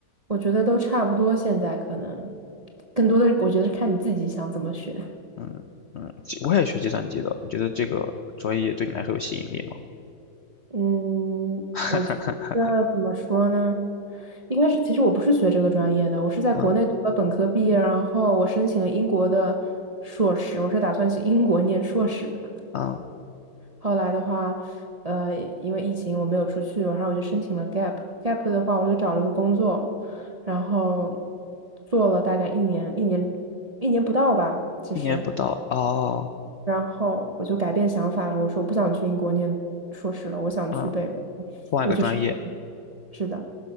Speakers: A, on the right; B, on the left.
A: 我觉得都差不多，现在可能更多的是我觉得是看你自己想怎么学。
B: 嗯嗯，计我也学计算机的，你觉得这个专业对你来说有吸引力吗？
A: 嗯，
B: <laughs>
A: 我觉得怎么说呢？一开始其实我不是学这个专业的，我是在国内读了本科毕业，
B: 嗯
A: 然后我申请了英国的硕士，我是打算去英国念硕士的。
B: 嗯，
A: 后来的话，呃，因为疫情我没有出去，然后我就申请了 gap，gap 的话我就找了个工作，然后做了大概一年，一年一年不到吧，其实。
B: 一年不到哦，
A: 然后我就改变想法了，我说我不想去英国念硕士了，我想去北欧。
B: 嗯，换一个专业
A: 我就是是的，